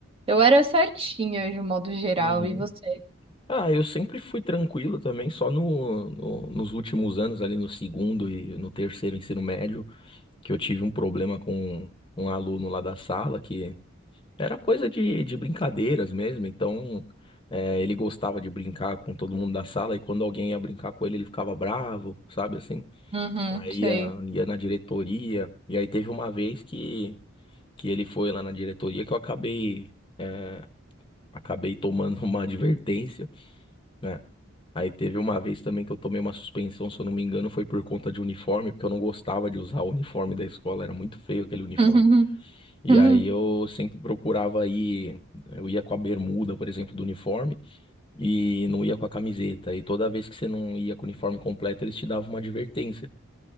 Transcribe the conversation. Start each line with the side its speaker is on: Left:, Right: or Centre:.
Right: eu era certinha de um modo geral.
Left: Uhum.
Right: E você?
Left: Ah, eu sempre fui tranquilo também, só no, no- nos últimos anos, ali no segundo e no terceiro ensino médio, que eu tive um problema com um aluno lá da sala, que Era coisa de, de brincadeiras mesmo, então é, ele gostava de brincar com todo mundo da sala e quando alguém ia brincar com ele, ele ficava bravo, sabe assim?
Right: Uhum,
Left: Aí
Right: sei.
Left: ia,
Right: <laughs>
Left: ia na diretoria, e aí teve uma vez que, que ele foi lá na diretoria que eu acabei, é, acabei tomando <laughs> uma advertência, né? Aí teve uma vez também que eu tomei uma suspensão, se eu não me engano, foi por conta de uniforme, porque eu não gostava de usar o uniforme da escola, era muito feio aquele uniforme.
Right: Uhum,
Left: E
Right: uhum.
Left: aí eu sempre procurava ir, eu ia com a bermuda, por exemplo, do uniforme e não ia com a camiseta. E toda vez que você não ia com o uniforme completo, eles te davam uma advertência.